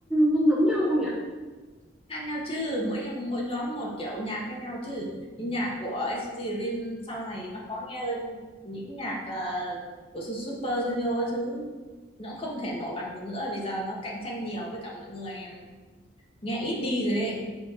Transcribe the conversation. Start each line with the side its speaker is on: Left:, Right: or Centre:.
Centre: giống giống nhau không nhỉ?
Left: khác nhau chứ mỗi em- mỗi nhóm một kiểu nhạc khác nhau chứ Những nhạc của NCT Dream sau này nó khó nghe hơn những nhạc ờ, của Su- Super Junior các thứ nó cũng không thể nổi bằng được nữa vì giờ nó cạnh tranh nhiều với cả mọi người nghe ít đi rồi ấy.